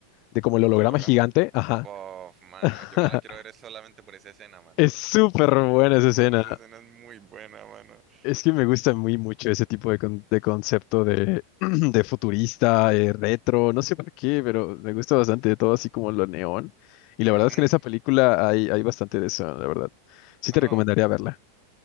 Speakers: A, on the left; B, on the right.
A: de como el holograma
B: ¿Del holograma?
A: gigante, ajá.
B: Bof, mano,
A: <laughs>
B: yo me la quiero ver es solamente por esa escena, mano.
A: Es súper buena esa escena.
B: Mano, esa escena es muy buena, mano.
A: Es que me gusta muy mucho ese tipo de, con- de concepto de, <clears throat> de futurista, eh, retro, no sé por qué, pero me gusta bastante todo así como lo neón. Y la
B: Ujú.
A: verdad es que en esa película hay, hay bastante de eso, la verdad. Sí
B: Mano,
A: te recomendaría verla.